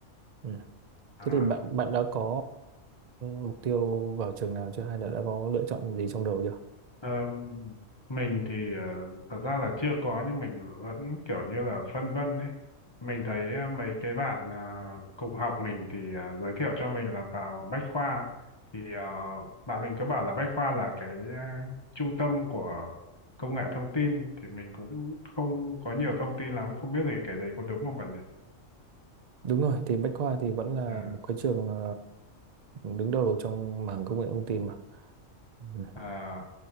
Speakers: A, on the right; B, on the left.
A: Ừ.
B: à
A: Thế thì bạn bạn đã có mục tiêu vào trường nào chưa hay là đã có lựa chọn gì trong đầu chưa?
B: Ờ, mình thì ờ, thật ra là chưa có nhưng mình vẫn kiểu như là phân vân ấy. Mình thấy ờ, mấy cái bạn ờ, cùng học mình thì ờ, giới thiệu cho mình là vào Bách Khoa thì ờ, bạn mình cứ bảo là Bách Khoa là cái ờ, trung tâm của công nghệ thông tin thì mình cũng không có nhiều thông tin lắm không biết thì cái đấy có đúng không bạn nhỉ?
A: Đúng rồi, thì Bách Khoa thì vẫn là
B: Ờ,
A: một cái trường ờ, đứng đầu trong mảng công nghệ thông tin mà. Ừ.
B: À,